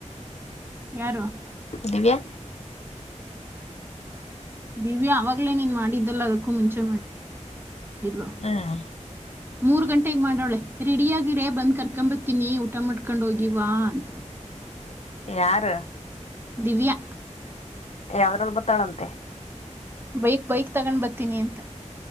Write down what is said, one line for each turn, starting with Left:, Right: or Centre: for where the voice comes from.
Right: ಯಾರು
Left: ದಿವ್ಯ.
Right: ದಿವ್ಯಾ ಅವಾಗ್ಲೇನೇನ್ ಮಾಡಿದ್ದಲ್ಲ ಅದಕ್ಕೂ ಮುಂಚೆ ಮಾಡಿದ್ಲು.
Left: ಹ್ಮ್
Right: ಮೂರ್ ಗಂಟೆಗ್ ಮಾಡವಳೆ ರೆಡಿಯಗಿರೆ ಬಂದ್ ಕರ್ಕೊಂಬತೀನಿ ಊಟ ಮಾಡ್ಕೊಂಡ್ ಹೋಗಿವ ಅಂತ.
Left: ಯಾರು.
Right: ದಿವ್ಯಾ.
Left: ಯಾವ್ದ್ರಲ್ಲಿ ಬತ್ತಾಳಂತೆ.
Right: ಬೈಕ್ ಬೈಕ್ ತಗೊಂಡ್ ಬರ್ತೀನಿ ಅಂತ.